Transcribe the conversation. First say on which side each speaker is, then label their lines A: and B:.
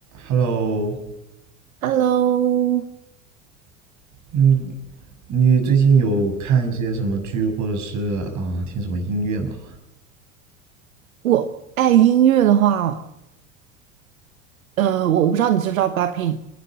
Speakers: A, on the right (about 45°); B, on the right (about 80°).
A: Hello，
B: Hello，
A: 嗯，你最近有看一些什么剧，或者是啊、听什么音乐吗？
B: 我爱音乐的话，呃，我不知道你知不知道 BLACKPINK，